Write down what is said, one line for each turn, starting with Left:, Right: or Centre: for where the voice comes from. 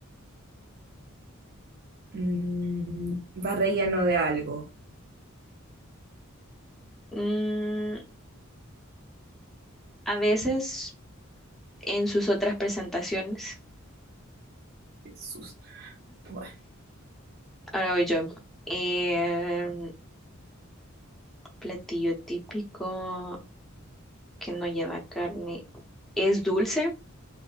Right: Mm, va relleno de algo.
Centre: Mm, a veces en sus otras presentaciones,
Right: Jesús. Bueno,
Centre: ahora voy yo. Em, platillo típico que no lleva carne. ¿Es dulce?